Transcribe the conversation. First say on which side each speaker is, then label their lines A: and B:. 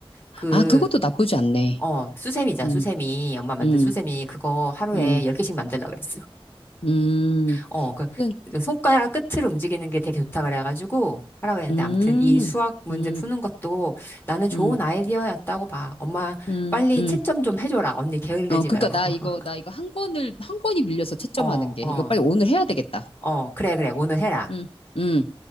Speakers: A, on the left (about 20°); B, on the left (about 70°).
A: 그,
B: 아, 그것도 나쁘지 않네.
A: 어, 수세미잖아.
B: 음,
A: 수세미. 엄마 만든
B: 음.
A: 수세미. 그거 하루에
B: 음,
A: 10개씩 만들라 그랬어.
B: 음,
A: 어, 그,
B: 하여튼,
A: 그 손가락 끝을 움직이는 게 되게 좋다 그래가지고 하라 그랬는데
B: 음,
A: 아무튼 이 수학 문제
B: 음,
A: 푸는 것도 나는 좋은
B: 음,
A: 아이디어였다고 봐. 엄마
B: 음,
A: 빨리
B: 음.
A: 채점 좀 해줘라. 언니 게을르지
B: 어, 그러니까
A: 말고.
B: 나
A: <laughs>
B: 이거, 나 이거 한 권을, 한 권이 밀려서 채점하는
A: 어,
B: 게,
A: 어,
B: 이거 빨리 오늘 해야 되겠다.
A: 어, 그래, 그래. 오늘 해라.
B: 음, 음.